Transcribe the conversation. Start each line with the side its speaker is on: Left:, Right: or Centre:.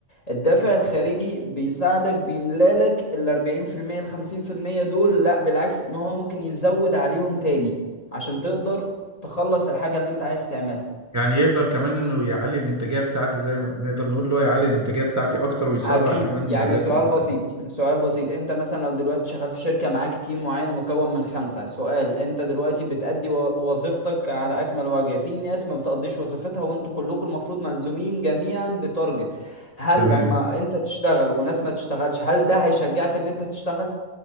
Left: الدافع الخارجي بيساعدك بيملالك ال 40% ال 50% دول لا بالعكس ان هو ممكن يزود عليهم تاني عشان تقدر تخلص الحاجه اللي انت عايز تعملها
Right: يعني يقدر كمان انه يعلي الانتاجية بتاعتي زي ما نقدر نقول اللي هو يعلي الانتاجية بتاعتي اكتر ويسرع
Left: اكيد
Right: كمان من
Left: يعني
Right: الريتم
Left: سؤال
Right: بتاعي
Left: بسيط <laughs> سؤال بسيط انت مثلا لو دلوقتي شغال في شركة معاك تيم معين مكون من خمسة سؤال انت دلوقتي بتأدي و- وظيفتك على اكمل وجه في ناس ما بتقضيش وظيفتها وانتوا كلكم المفروض ملزومين جميعا بتارجت هل
Right: تمام
Left: لما انت تشتغل وناس ما تشتغلش هل ده هيشجعك ان انت تشتغل